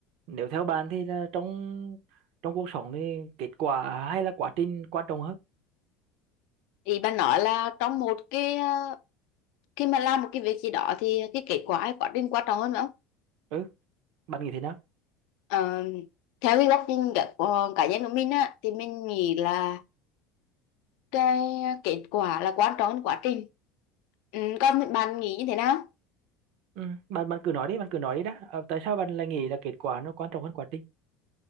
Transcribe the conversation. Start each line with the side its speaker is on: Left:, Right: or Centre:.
Right: nếu theo bạn thì là trong trong cuộc sống thì kết quả hay là quá trình quan trọng hơn
Left: Ý bà nói là trong một cái ờ, khi mà làm một cái việc gì đó thì cái kết quả hay quá trình quan trọng hơn nữa
Right: ừ bạn nghĩ thế nào
Left: Ờ, theo cái góc nhìn cá- của cá nhân của mình á thì mình nghĩ là cái kết quả là quan trọng hơn quá trình ừ, còn bạn nghĩ như thế nào
Right: ừ. bạn bạn cứ nói đi bạn cứ nói đi đã Ờ, tại sao bạn lại nghĩ là kết quả nó quan trọng hơn quá trình